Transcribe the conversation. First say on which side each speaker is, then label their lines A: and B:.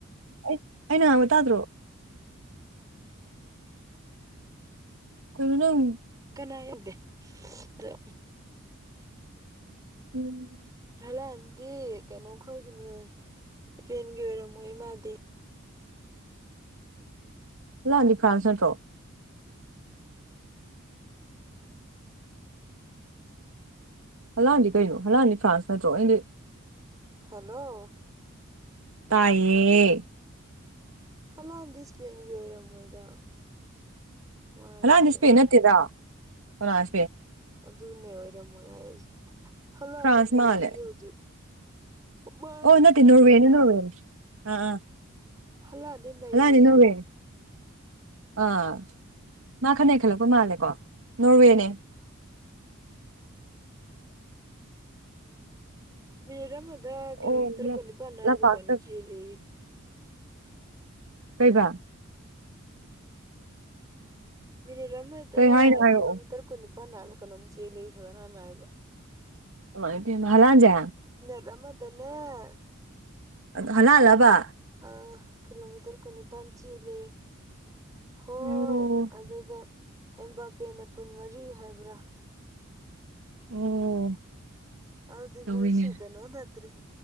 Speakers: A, on the right; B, on the right.
A: ꯑꯩ ꯑꯩꯅ ꯉꯥꯡꯕ ꯇꯥꯗ꯭ꯔꯣ ꯀꯩꯅꯣ ꯅꯪ
B: ꯀꯅꯥ ꯌꯦꯗꯦ ꯑꯗꯣ
A: ꯎꯝ
B: ꯍꯜꯂꯣꯥꯟꯗꯤ ꯀꯩꯅꯣ ꯈꯣꯏꯒꯤꯅꯦ ꯏꯄꯦꯟꯒꯤ ꯑꯣꯏꯔꯝꯃꯣꯏ ꯃꯥꯗꯤ
A: ꯍꯂꯥꯟꯗꯤ ꯐ꯭ꯔꯥꯟꯁ ꯅꯠꯇ꯭ꯔꯣ ꯍꯜꯂꯥꯟꯗꯤ ꯀꯩꯅꯣ ꯍꯜꯂꯥꯟꯗꯤ ꯐ꯭ꯔꯥꯟꯁ ꯅꯠꯇ꯭ꯔꯣ ꯑꯗꯤ
B: ꯍꯜꯂꯣ
A: ꯇꯥꯏꯌꯦ
B: ꯍꯂꯥꯟꯗꯤ ꯏꯁꯄꯦꯟꯒꯤ ꯑꯣꯏꯔꯝꯃꯣꯏꯗ ꯃꯥꯁꯦ
A: ꯍꯂꯥꯟꯗꯤ ꯏꯁꯄꯦꯟ ꯅꯠꯇꯦꯗ ꯀꯅꯥꯅ
B: ꯑꯗꯨꯅꯦ ꯑꯣꯏꯔꯝꯃꯣꯏ ꯍꯥꯏꯁꯦ ꯍꯂꯥꯟꯅꯤ
A: ꯐ꯭ꯔꯥꯟꯁ
B: ꯅꯩꯔꯤꯗꯤ
A: ꯃꯥꯜꯂꯦ
B: ꯍꯧꯖꯤꯛ ꯃꯥꯜꯂꯦ
A: ꯑꯣ ꯅꯠꯇꯦ ꯅꯣꯔꯋꯦꯅꯤ ꯅꯣꯔꯋꯦꯅꯤ ꯑꯥ ꯑꯥ
B: ꯍꯂꯥꯟꯅꯤ ꯅꯩꯔꯤꯁꯦ
A: ꯍꯂꯥꯟꯗꯤ ꯅꯣꯔꯋꯦꯅꯦ
B: ꯍꯧꯖꯤꯛ
A: ꯑꯥ ꯃꯥ ꯈꯔ ꯅꯩꯈꯠꯂꯛꯄ ꯃꯥꯜꯂꯦꯀꯣ ꯅꯣꯔꯋꯦꯅꯦ
B: <inaudible> ꯎꯝ ꯄ꯭ꯂꯦ ꯑꯃꯗ ꯀꯤꯂꯣꯃꯤꯇꯔ
A: ꯑꯣ
B: ꯀꯨꯟꯅꯤꯄꯥꯟ ꯍꯥꯏꯕ꯭ꯔꯥ
A: ꯂꯝꯄꯥꯛꯇ
B: ꯀꯩꯅꯩ ꯆꯦꯜꯂꯦꯌꯦ
A: ꯀꯩꯕ
B: ꯃꯤꯅꯤꯠ ꯑꯃꯗ
A: ꯀꯩ ꯍꯥꯏꯅꯣ ꯍꯥꯏꯔꯛꯑꯣ
B: ꯀꯤꯂꯣꯃꯤꯇꯔ ꯀꯨꯟꯅꯤꯄꯥꯟ ꯍꯥꯏꯕ ꯀꯩꯅꯣꯝ ꯆꯦꯜꯂꯦꯌꯦ ꯁꯕꯅꯅ ꯍꯥꯏꯕ
A: ꯍꯩꯃꯥ ꯄꯦꯝꯃ ꯍꯂꯥꯟꯖꯦ
B: ꯔꯃꯗꯅꯦꯦ <unintelligible>
A: ꯍꯂꯥꯟꯂꯕ
B: ꯑꯥ ꯀꯤꯂꯣꯃꯤꯇꯔ ꯀꯨꯟꯅꯤꯄꯥꯟ ꯆꯦꯜꯂꯦꯌꯦ ꯍꯣꯏ
A: ꯑꯣ
B: ꯑꯗꯨꯒ ꯑꯦꯝꯕꯥꯄꯦꯟꯅ ꯀꯨꯟ ꯃꯔꯤ ꯍꯥꯏꯕ꯭ꯔꯥ
A: ꯑꯣ
B: ꯑꯗꯨꯗꯤ
A: ꯇꯧꯔꯤꯅꯦ
B: ꯃꯣꯏꯁꯤ ꯀꯩꯅꯣ ꯅꯠꯇ꯭ꯔꯦ